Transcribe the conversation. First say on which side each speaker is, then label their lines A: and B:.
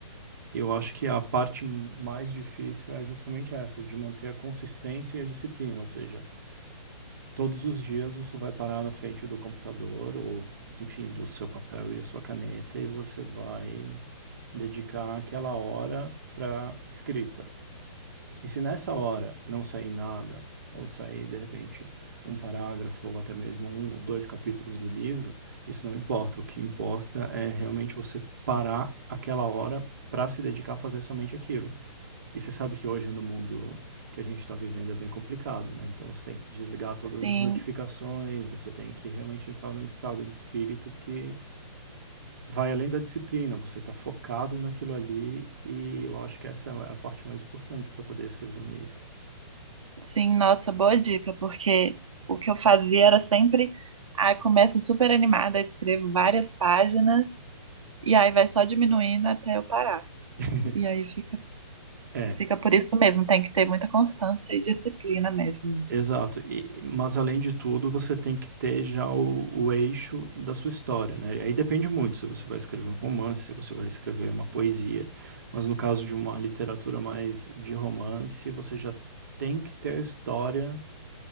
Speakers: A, on the right (about 35°); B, on the right (about 75°).
A: eu acho que a parte mais difícil é justamente essa, de manter a consistência e a disciplina, ou seja, todos os dias você vai parar na frente do computador ou, enfim, do seu papel e a sua caneta e você vai dedicar aquela hora para escrita. E se nessa hora não sair nada, ou sair, de repente, um parágrafo, ou até mesmo um ou dois capítulos do livro, isso não importa. O que importa é realmente você parar aquela hora para se dedicar a fazer somente aquilo. E você sabe que hoje, no mundo que a gente está vivendo, é bem complicado, né? Então você tem que desligar todas
B: Sim,
A: as notificações, você tem que realmente entrar num estado de espírito que. Vai além da disciplina, você está focado naquilo ali, e eu acho que essa é a parte mais importante para poder escrever um livro.
B: sim, nossa, boa dica, porque o que eu fazia era sempre, ah, começo super animada, escrevo várias páginas e aí vai só diminuindo até eu parar.
A: <laughs>
B: E aí fica,
A: É,
B: fica por isso mesmo, tem que ter muita constância e disciplina mesmo. né?
A: exato. E- mas além de tudo, você tem que ter já o, o eixo da sua história, né? Aí depende muito se você vai escrever um romance, se você vai escrever uma poesia. Mas no caso de uma literatura mais de romance, você já tem que ter a história.